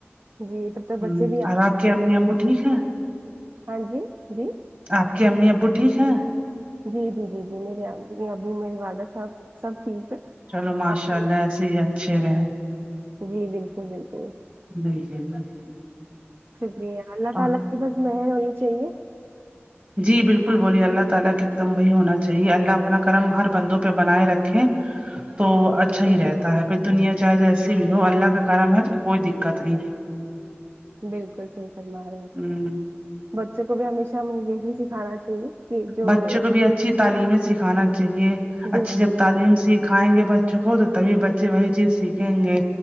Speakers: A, on the right (about 55°); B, on the right (about 35°).
A: جی تب تک
B: ہم
A: بچے بھی آ
B: اور آپ کے امی ابو ٹھیک ہے
A: ہاں جی جی
B: آپ کے امی ابو ٹھیک ہیں
A: جی جی جی جی میرے ابو میرے والد سب سب ٹھیک ہے
B: چلو ماشاء
A: آپ
B: اللہ ایسے ہی اچھے رہےیں
A: جی بالکل بالکل
B: جی جی جی
A: شکریہ اللہ تعالی
B: اور
A: کی بس مہر ہونی چاہیے
B: جی بالکل بولیے اللہ تعالی کے ایک دم وہی ہونا چاہیے اللہ اپنا کرم ہر بندوں پہ بنائے رکھیں تو
A: بالکل
B: اچھا ہی رہتا
A: صحیح فرما
B: ہے
A: رہے
B: پھر دنیا چاہے جیسی بھی ہو اللہ کا کرم ہے تو کوئی دکت نہیں ہے
A: بالکل صحیح فرمارہے
B: ہے ہ
A: بچوں کو بھی ہمیشہ یہی سکھانا چاہیے کہ جو
B: بچوں کو بھی اچھی تعلیمیں سکھانا چاہیے
A: بالکل
B: اچھی جب تعلیم
A: بالکل
B: سیکھ کائیںگے بچوں کو تو تبھی بچے وہی چیز سیکھیںگے